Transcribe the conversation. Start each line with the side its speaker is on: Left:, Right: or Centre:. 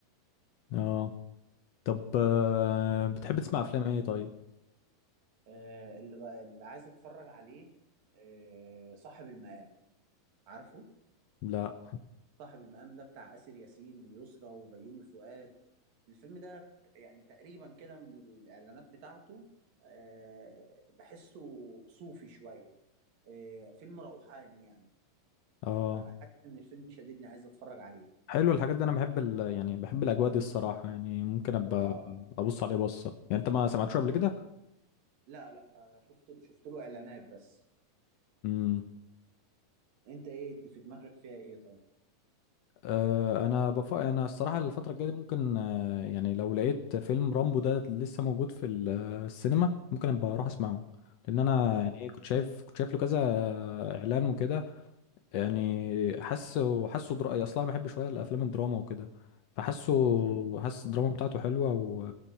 Left: اه طب آه، بتحب تسمع افلام ايه طيب
Right: آه، اللي بقى اللي عايز اتفرج عليه آه، صاحب المقام عارفه
Left: لا
Right: صاحب المقام ده بتاع آسر ياسين ويسرى وبيومي فؤاد الفيلم ده ت- يعني تقريبا كده من الإعلانات بتاعته آه، بحسه صوفي شوية آه، فيلم روحاني يعني
Left: اه
Right: فحاسس إن الفيلم شديدني عايز اتفرج عليه
Left: حلو الحاجات دي انا بحب ال... يعني بحب الاجواء دي الصراحه يعني ممكن ابقى
Right: اه
Left: ابص عليه بصه يعني انت ما سمعتش قبل
Right: آه.
Left: كده
Right: لا لا آه، شفت شفت له اعلانات بس
Left: امم
Right: انت ايه دي في دماغك فيها ايه طيب
Left: آه انا بف... انا الصراحه الفتره الجايه دي ممكن آه يعني لو لقيت فيلم رامبو ده لسه موجود في ال- آه، السينما ممكن ابقى اروح اسمعه لان انا
Right: اه
Left: يعني ايه كنت شايف كنت شايف له كذا آه، اعلان وكده يعني حاسه حاسه در... أصلا أنا بحب شوية الأفلام الدراما وكده فحاسه
Right: مم.
Left: حاسس الدراما بتاعته حلوة و...